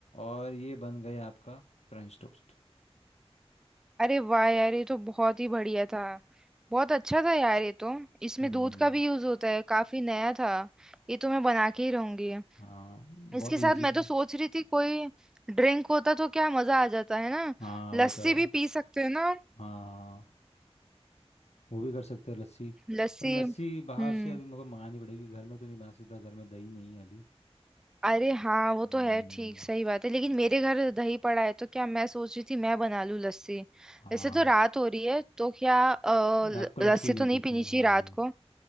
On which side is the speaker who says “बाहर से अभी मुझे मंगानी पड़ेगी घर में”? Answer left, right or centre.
Left